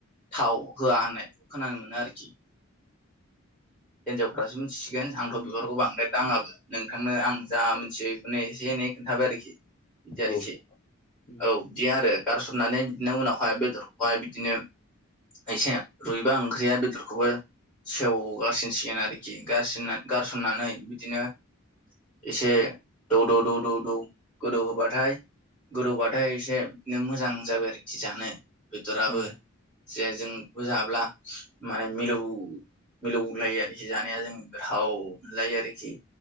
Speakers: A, in the centre; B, on the left.
A: थाव होआ होननायखौ खोनानो मोनो आरोखि हिनजावफ्रासो मिथिसिगोन आंथ' बिबारखौ बांद्राय दाङाबो। नोंथांनो आं जा मिथियो बेखौनो एसे एनै खोनन्थाबाय आरोखि बिदि आरोखि।
B: औ उम
A: औ बिदि आरो गारसननानै बिदिनो उनावहाय बेदरखौहाय बिदिनो एसे रुइबा ओंख्रिया बेदरखौबो सेवगा गारसिनसिगोन आरोखि गारन गारसननानै बिदिनो एसे दौ-दौ-दौ-दौ-दौ गोदौ होबाथाय गोदौबाथाय एसे बिदिनो मोजां जाबाय आरोखि जानो बेदोराबो
B: उम
A: जे जोंखौ जाब्ला माने मिलौ मिलौ गुलायो आरोखि जानाया जों गोथाव मोनलायो आरोखि